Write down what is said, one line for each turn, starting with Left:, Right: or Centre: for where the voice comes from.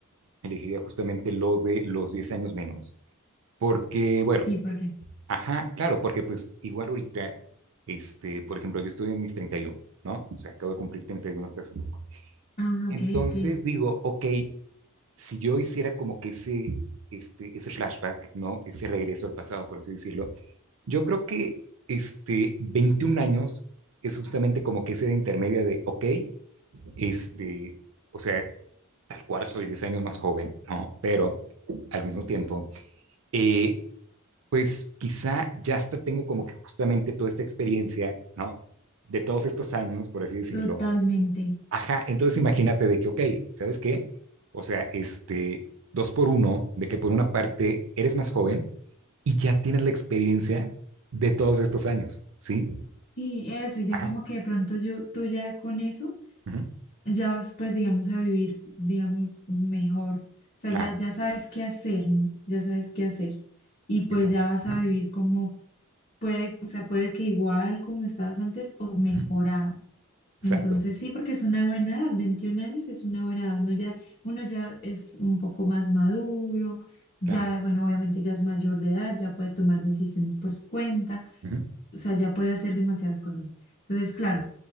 Right: elegiría justamente lo de los 10 años menos, porque, bueno,
Left: Sí, porque.
Right: Ajá, claro, porque pues igual ahorita, este, por ejemplo, yo estoy en mis 31, ¿no? O sea, acabo de cumplir 31, hasta hace poco.
Left: Ah,
Right: Entonces
Left: ok, ok.
Right: digo, ok, si yo hiciera como que ese, este, ese flashback, ¿no? Ese regreso al pasado, por así decirlo, yo creo que este, 21 años es justamente como que ese de intermedia de, ok, este, o sea, tal cual soy 10 años más joven, ¿no? Pero al mismo tiempo, eh, pues quizá ya hasta tengo como que justamente toda esta experiencia, ¿no? De todos estos años, por así decirlo.
Left: Totalmente.
Right: Ajá, entonces imagínate de que, ok, ¿sabes qué? O sea, este, dos por uno, de que por una parte eres más joven y ya tienes la experiencia de todos estos años, ¿sí?
Left: Sí, eso, ya
Right: Ajá,
Left: como que de pronto yo, tú ya con eso,
Right: ujú,
Left: ya vas, pues, digamos, a vivir, digamos, mejor. O sea,
Right: claro,
Left: ya, ya sabes qué hacer, ¿no? Ya sabes qué hacer. Y pues
Right: exacto,
Left: ya vas
Right: ajá,
Left: a vivir como puede, o sea, puede que igual como estabas antes o mejorado
Right: ujú, exacto,
Left: Entonces sí, porque es una buena edad, 21 años es una buena edad, uno ya, uno ya es un poco más maduro, ya,
Right: claro,
Left: bueno, obviamente ya es mayor de edad, ya puede tomar decisiones por su cuenta,
Right: ujú,
Left: o sea, ya puede hacer demasiadas cosas. Entonces, claro, o